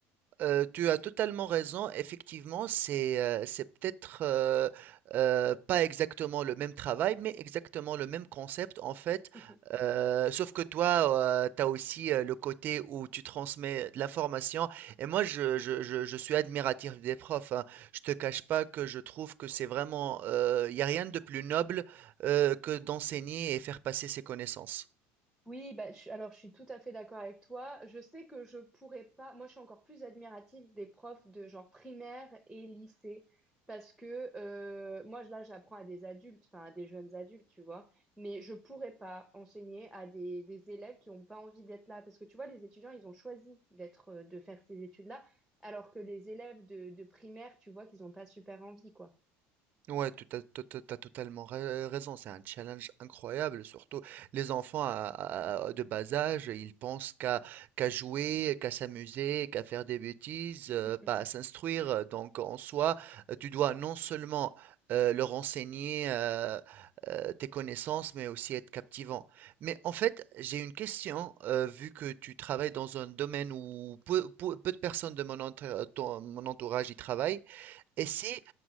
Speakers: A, on the right; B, in the centre.
A: Euh, tu as totalement raison. Effectivement, c'est euh, c'est peut-être euh, euh, pas exactement le même travail, mais exactement le même concept en fait.
B: <laughs>
A: Euh, sauf que toi, tu as aussi euh, le côté où tu transmets de l'information. Et moi, je, je- je- je suis admiratif des profs. hein. Je te cache pas que je trouve que c'est vraiment, il n'y a rien de plus noble euh, que d'enseigner et faire passer ses connaissances.
B: Oui, bah, je- alors je suis tout à fait d'accord avec toi. Je sais que je pourrais pas. Moi, je suis encore plus admirative des profs de genre primaire et lycée parce que euh, moi, là, j'apprends à des adultes, enfin à des jeunes adultes, tu vois. Mais je pourrais pas enseigner à des, des élèves qui ont pas envie d'être là parce que tu vois, les étudiants, ils ont choisi d'être, euh, de faire ces études-là, alors que les élèves de, de primaire, tu vois, qu'ils ont pas super envie, quoi.
A: Ouais, tu as, totalement ra- raison, c'est un challenge incroyable, surtout les enfants à- à- à- de bas âge, ils pensent qu'à qu'à jouer, qu'à s'amuser, qu'à faire des bêtises, euh,
B: <laughs>
A: pas à s'instruire. Donc en soi, euh, tu dois non seulement euh, leur enseigner euh, euh, tes connaissances, mais aussi être captivant. Mais en fait, j'ai une question, euh, vu que tu travailles dans un domaine où peu, peu- peu de personnes de mon entour- ton- mon entourage y travaillent. Et c'est,